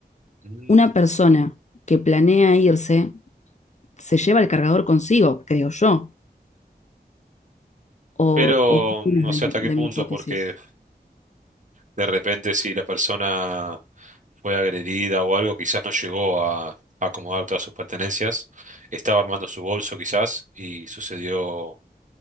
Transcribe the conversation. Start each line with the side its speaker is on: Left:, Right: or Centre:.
Right: Mm,
Left: Una persona que planea irse se lleva el cargador consigo, creo yo. ¿O,
Right: Pero
Left: o qué opinas
Right: no
Left: de,
Right: sé
Left: de
Right: hasta qué punto,
Left: mi hipótesis?
Right: porque de repente si la persona fue agredida o algo, quizás no llegó a a acomodar todas sus pertenencias, estaba armando su bolso quizás y sucedió